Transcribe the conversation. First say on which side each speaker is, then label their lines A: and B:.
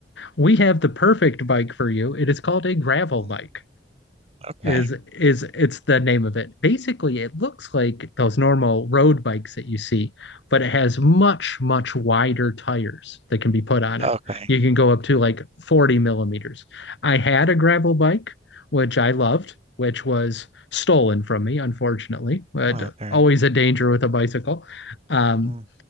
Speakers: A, on the left; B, on the right.
A: we have the perfect bike for you. It is called a gravel
B: Mm,
A: bike.
B: Okay.
A: is is it's the name of it. Basically, it looks like those normal road bikes that you see, but it has much, much wider tires that can be put on
B: Okay.
A: it. You can go up to like 40 millimeters. I had a gravel bike, which I loved,
B: Mm,
A: which was stolen from me, unfortunately, but
B: Oh, darn.
A: always a danger with a bicycle. Um,
B: Mm.